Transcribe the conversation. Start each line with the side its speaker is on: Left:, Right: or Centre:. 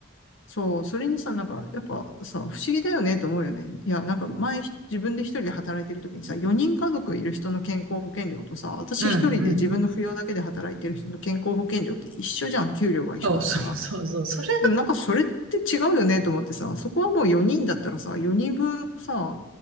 Left: そう、それにさ、なんかやっぱさ、不思議だよねと思うよね。いや、なんか前自分で一人で働いてる時にさ、4人家族いる人の健康保険料とさ、私一人で自分の扶養だけで働いてる人の健康保険料って一緒じゃん、
Right: うん、うん。
Left: 給料が一緒だったら。
Right: そうそうそうそう。それ
Left: でもなんかそれって違うよねと思ってさ、そこはもう4人だったらさ、4人分さ、